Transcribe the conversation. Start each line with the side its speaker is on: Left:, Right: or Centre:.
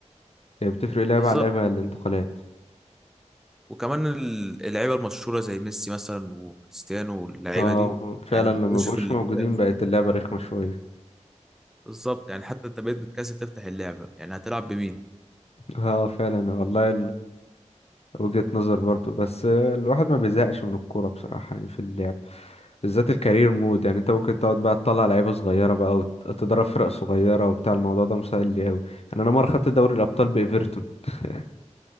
Left: هي بتفرق لعبه
Centre: بالظبط
Left: على لعبه الانتقالات
Centre: وكمان ال- اللعيبه المشهوره زي ميسي مثلا وكريستيانو واللعيبه
Left: اه
Centre: دي
Left: فعلا
Centre: يعني ما
Left: لما
Centre: بقوش
Left: بقوش
Centre: في الفرق
Left: موجودين
Centre: الم-
Left: بقت اللعبه رخمه شويه
Centre: بالظبط يعني حتى انت بقيت بتكسل تفتح اللعبه يعني هتلعب بمين
Left: اه فعلا والله وجهة نظر برضو بس الواحد ما بيزهقش من الكورة بصراحة يعني في اللعب بالذات الكارير مود يعني انت ممكن تقعد بقى تطلع لعيبة صغيرة بقى وتضرب فرق صغيرة وبتاع الموضوع ده مسهل لي قوي يعني انا مرة خدت دوري الابطال بايفرتون <laughs>